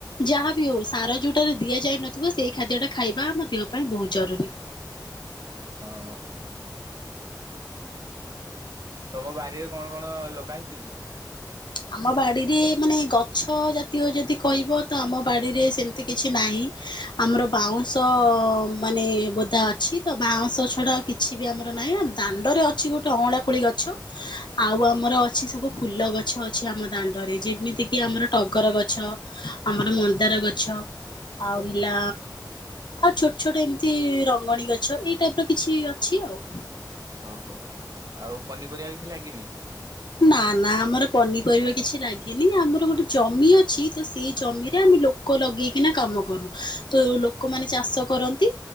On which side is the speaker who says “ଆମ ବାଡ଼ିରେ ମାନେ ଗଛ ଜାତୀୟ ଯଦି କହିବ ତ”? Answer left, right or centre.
Left